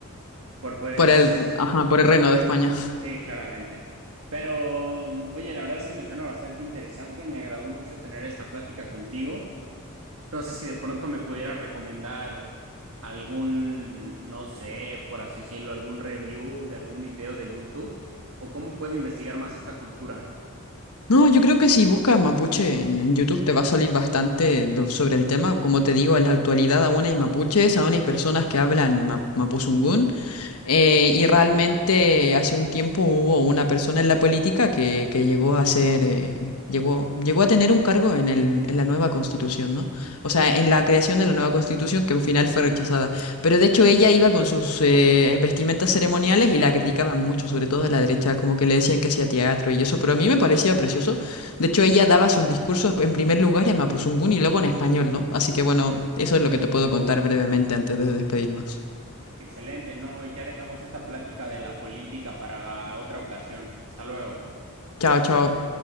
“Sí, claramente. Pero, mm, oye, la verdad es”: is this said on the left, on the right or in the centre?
Right